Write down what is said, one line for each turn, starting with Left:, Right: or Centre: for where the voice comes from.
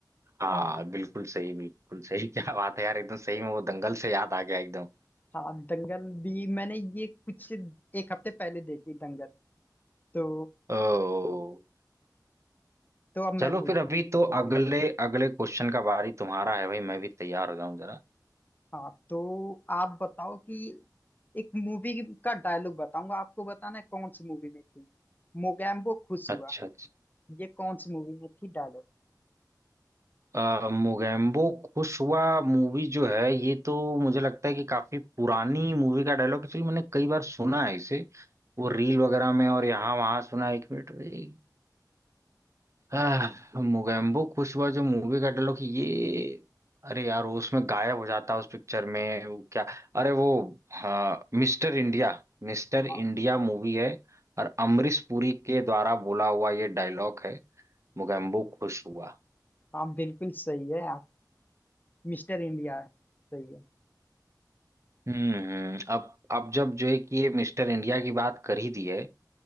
Right: हाँ बिल्कुल सही बिल्कुल सही <laughs> क्या बात है यार एकदम सही में वो दंगल से याद आ गया एकदम
Left: हाँ दंगल भी मैंने ये कुछ एक हफ्ते पहले देखी दंगल तो
Right: ओ
Left: तो अब
Right: चलो
Left: मैं पूछ
Right: फिर अभी तो अगले अगले क्वेश्चन का बारी तुम्हारा है भाई मैं भी तैयार हो जाऊं जरा
Left: हाँ तो आप बताओ कि एक मूवी का डायलॉग बताऊंगा आपको बताना है कौन सी मूवी में थी मोगैम्बो खुश हुआ
Right: अच्छा अच्छा
Left: ये कौन सी मूवी में थी डायलॉग
Right: अ, मोगेम्बो खुश हुआ मूवी जो है ये तो मुझे लगता है कि काफी पुरानी मूवी का डायलॉग एक्चुअली मैंने कई बार सुना है इसे वो रील वगैरह में और यहाँ वहां सुना है एक मिनट भाई आह, मोगेम्बो खुश हुआ जो मूवी का डायलॉग ये अरे यार वो उसमें गायब हो जाता है उस पिक्चर में वो क्या अरे वो हाँ Mister India Mister
Left: हाँ
Right: India movie है और अमरीश पुरी के द्वारा बोला हुआ ये डायलॉग है मोगेम्बो खुश हुआ
Left: हाँ बिल्कुल सही है आप मिस्टर इंडिया है सही है
Right: हम्म हम्म, अब अब जब जो है कि ये मिस्टर इंडिया की बात कर ही दी है